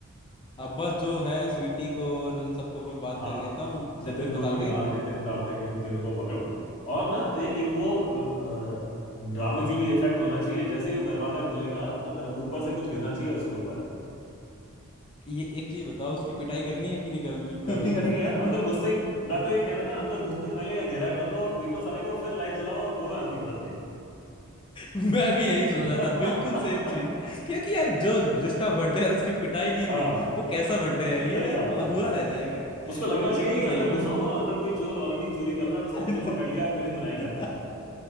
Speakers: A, on the left; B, on the left.
A: अब बस जो है स्वीटी को और इन सबको मैं बात
B: हाँ
A: कर लेता हूँ
B: नितिन
A: सब कुछ बता
B: को भी
A: के
B: हाँ नितिन कार्तिक इन तीनों को पकड़ और ना ए, एक वो अ, ड्रामे के लिए इफेक्ट होना चाहिए जैसे ही वो दरवाजा खुलेगा तो दर, ऊपर से कुछ गिरना चाहिए उसके ऊपर
A: ये एक चीज बताओ उसकी पिटाई करनी है कि नहीं करनी
B: करनी करनी है यार
A: <laughs>
B: अंदर घुसते ही मैं तो ये कह रहा था अंदर घुसते पहले ही अंधेरा कर दो और पीटो साले को फिर लाइट जलाओ और बोलो हैप्पी बर्थडे
A: मैं भी यही सोच
B: <laughs>
A: रहा था बिल्कुल सेम चीज क्योंकि यार जो जिसका बर्थडे है उसकी पिटाई नहीं
B: हाँ
A: हुई वो कैसा बर्थडे है
B: सही
A: ये तो यार
B: बात
A: वो
B: है
A: अधूरा
B: हाँ
A: रह जाएगा
B: उसको लगना
A: ये
B: चाहिए
A: तो
B: कि
A: सही
B: अंदर
A: बात
B: घुसा हूं और अंदर कोई चोर ऑलरेडी चोरी कर रहा है
A: <laughs>
B: उसने मुझे पकड़ लिया अब मेरी धुनाई कर
A: अब
B: रहा